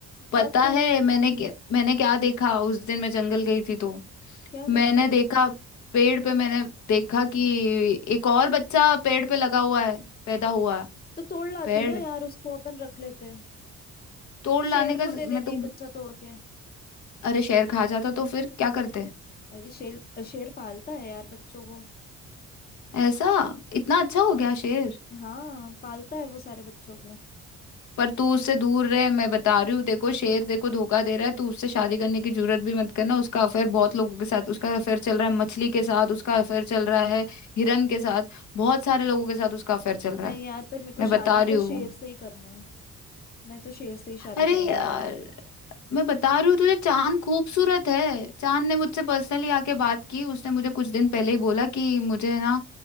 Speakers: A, on the left (about 70°); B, on the left (about 30°).
A: पता
B: हाँ तो
A: है मैंने क्या- मैंने क्या देखा उस दिन मैं जंगल गई थी तो
B: क्या
A: मैंने
B: देखा
A: देखा पेड़ पे मैंने देखा कि एक और बच्चा पेड़ पे लगा हुआ है पैदा हुआ है
B: तो तोड़ लाती
A: पेड़
B: ना यार उसको अपन रख लेते हैं
A: तोड़ लाने
B: शेर
A: का
B: को
A: ज-
B: दे देती
A: मैं तो
B: बच्चा तोड़ के
A: अरे शेर खा जाता तो फिर क्या करते
B: अरे शेर शेर पालता है यार बच्चों को
A: ऐसा इतना अच्छा हो गया शेर
B: हाँ पालता है वो सारे बच्चों को
A: पर तू उससे दूर रहे मैं बता रही हूँ देखो शेर देखो धोखा दे रहा है तू उससे शादी करने की जरूरत भी मत करना उसका अफेयर बहुत लोगों के साथ उसका अफेयर चल रहा है मछली के साथ उसका अफेयर चल रहा है हिरन के साथ बहुत सारे लोगों के साथ उसका अफेयर चल रहा
B: नहीं
A: है
B: यार पर मेरे को
A: मैं
B: शादी
A: बता रही
B: तो
A: हूँ
B: शेर से ही करना मैं तो शेर से ही शादी
A: अरे
B: करूंगी
A: यार
B: यार
A: मैं बता रही हूँ तुझे चांद खूबसूरत है चांद ने मुझसे पर्सनली आके बात की उसने मुझे कुछ दिन पहले ही बोला कि मुझे ना